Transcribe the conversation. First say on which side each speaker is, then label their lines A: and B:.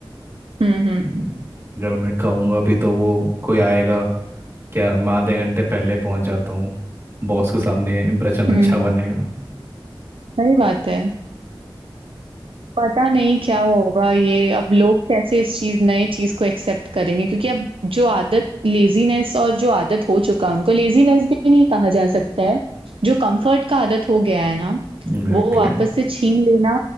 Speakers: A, on the right; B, on the right.
A: हम्म हम्म
B: हम्म, अगर मैं कहूँगा भी तो वो कोई आएगा क्या मैं आधे घंटे पहले पहुँच जाता हूँ बॉस के सामने इम्प्रेशन
A: हम्म
B: अच्छा बनेगा
A: सही बात है पता नहीं क्या होगा ये अब लोग कैसे इस चीज नए चीज को एक्सेप्ट करेंगे क्योंकि अब जो आदत लेजीनेस और जो आदत हो चुका है उनको लेजीनेस भी नहीं कहा जा सकता है जो कंफर्ट का आदत हो गया है ना
B: एग्जैक्टली
A: वो वापस से छीन लेना